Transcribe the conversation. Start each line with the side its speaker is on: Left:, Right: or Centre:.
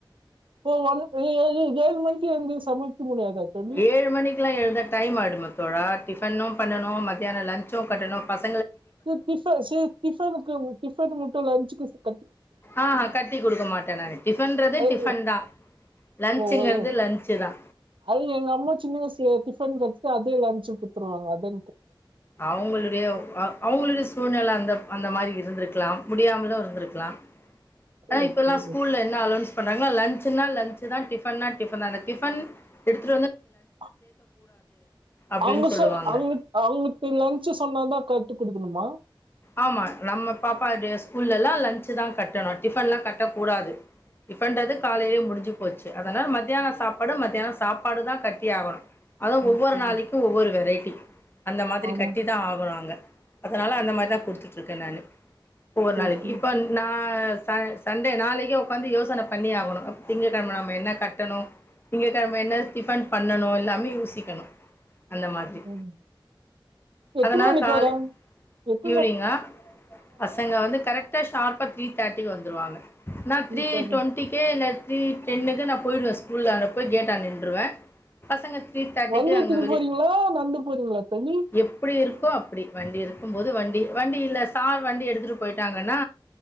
Right: <unintelligible> ஏ ஏ ஏ ஏழு மணிக்கு எழுந்து சமைக்க முடியாதா தோழி
Left: ஏழு மணிக்கெல்லா எழுந்தா டைம் ஆயிடுமே தோழா டிஃபனு பண்ணனு மத்தியானோ லன்ச்சு கட்டணு பச
Right: டி டிஃப சேரி டிஃபனுக்கு டிஃபன் மட்டு லன்ச்சுக்கு சே
Left: ஆஹா கட்டி குடுக்க மாட்டே நானு. டிஃபன்றது
Right: அது
Left: டிஃபன்தா லன்ச்சுங்கிறது
Right: ஓ ஏ
Left: லன்ச்சுதா
Right: அது எங்க அம்மா சின்ன வயசுல டிஃபன் கட்டிட்டு அதயே லன்ச்சுக்கு குடுத்துருவாங்க அதே
Left: அவங்களுடைய அ அவங்களுடைய சூழ்நில அந்த அந்த மாரி இருந்திருக்கலா முடியாமலு இருந்திருக்கலா ஆ
Right: ஓகே
Left: இப்பல்லா ஸ்கூல்ல என்ன அளொன்ஸ் பண்றாங்னா லன்ச்னா லன்ச்தா டிஃபன்னா டிஃபன்தா அந்த டிஃபன் எடுத்து
Right: அ
Left: அப்டின்னு
Right: அவங்க
Left: சொல்லுவாங்க
Right: சொ அவங்க அவங்களுக்கு லன்ச்சு சொன்னாதா கட்டி குடுக்கணுமா
Left: ஆமா நம்ம பாப்பா உடைய ஸ்கூல்ல எல்லா லன்ச்தா கட்டணும் டிஃபன் எல்லா கட்ட கூடாது டிஃபன்றது காலையிலயே முடிஞ்சு போச்சு அதனால மத்தியான சாப்பாடு மத்தியானோ சாப்பாடுதா கட்டி ஆகணு அது
Right: ஓகே
Left: ஒவ்வொரு நாளைக்கு ஒவ்வொரு வெரைட்டி அந்த மாதிரி
Right: ஆமா
Left: கட்டிதா ஆகணு அங்க அதனால அந்த மாரிதா குடுத்துட்ருக்க நானு ஒவ்வொரு நாளைக்கி
Right: ஓகே
Left: இப்ப நா ச சண்டே நாளைக்கே உக்காந்து யோசன பண்ணி ஆகணு அ திங்கக்கெழம நம்ம என்ன கட்டணு திங்கக்கெழம என்ன டிஃபன் பண்ணணு எல்லாமே யோசிக்கணு அந்த மாதிரி
Right: ம் எத்தன
Left: அதனால
Right: மணிக்கி
Left: காலை
Right: வராங் எத்
Left: ஈவினிங்கா பசங்க வந்து கரெக்டா ஷார்ப்பா த்ரீ தர்ட்டிக்கு வந்துருவாங்க நா
Right: சரி,
Left: த்ரீ
Right: தோழி.
Left: டொண்ட்டிக்கே நா த்ரீ டென்னுக்கு நா போயிடுவே ஸ்கூலாண்ட போய் கேட்டாண்ட நின்றுவே பசங்க த்ரீ தர்ட்டிக்கு
Right: வண்டி எடுத்துன்னு
Left: அங்க வெளிய
Right: போறீங்களா நடந்து போறீங்களா தோழி
Left: எப்டி இருக்கோ அப்டி வண்டி இருக்கும்போது வண் டி வண்டி இல்ல சார் வண்டி எடுத்துட்டு போயிட்டாங்கன்னா